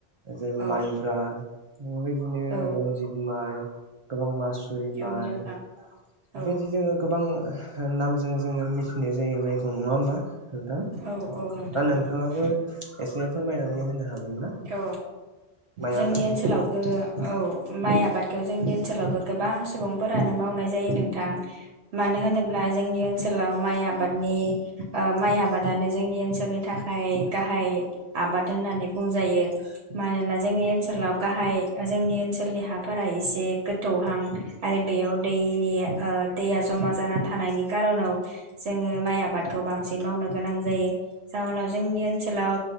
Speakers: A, on the right (about 45°); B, on the right (about 85°).
A: जेरै
B: औ
A: माइब्रा बेबायदिनो
B: औ
A: रनजित माइ गोबां मास सुरिमाइ
B: औ नोंथां
A: बेफोरबायदि
B: औ
A: जोङो गोबां ओ नामजों जोङो मिथिनाय जायो माइखौ नङा होमबा? नोंथां
B: औ औ नोंथां
A: दा नोंथाङाबो
B: औ
A: एसे फोरमायनानै होनो हागोन। ना
B: औ
A: माइ
B: जोंनि
A: आबादनि
B: ओनसोलावबो
A: सायाव
B: औ माइ आबादखौ जोंनि ओन सोलावबो गोबां सुबुंफोरानो मावनाय जायो नोंथां मानो होनोब्ला जोंनि ओन सोलाव माइ आबादनि ओ माइ आबादानो जोंनि ओनसोलनि थाखाय गाहाय आबाद होननानै बुं जायो मानोना जोंनि ओनसोलाव गाहाय जोंनि ओनसोलनि हाफोरा एसे गोथौहां आरो बेयाव दैनि ओ दैया जमा जाना थानायनि खारनाव जोङो माइ आबादखौ बांसिन मावनो गोनां जायो जाहोनाव जोंनि ओनसोलाव